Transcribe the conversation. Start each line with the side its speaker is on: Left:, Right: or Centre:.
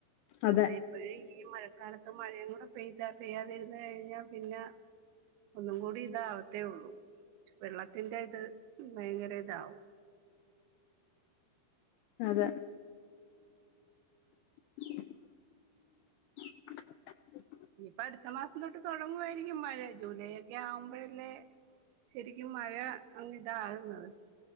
Left: അതെ
Right: അപ്പൊ ഈ അപ്പോഴ്‌ ഈ മഴക്കാലത്ത് മഴയും കൂടെ പെയ്ത പെയ്യാതിരുന്ന് കഴിഞ്ഞാൽ പിന്നെ ഒന്നും കൂടി ഇതാവത്തോള്ളൂ വെള്ളത്തിന്റെ ഇത് ഭയങ്കര ഇതാവും
Left: അതെ <inaudible>
Right: ഇനിപ്പ അടുത്ത മാസം തൊട്ട് തോടുങ്ങായിരിക്കും മഴ ജൂലൈ ഒക്കെ ആവുമ്പോഴല്ലേ ശരിക്കും മഴ അങ്ങ് ഇതാകുന്നത്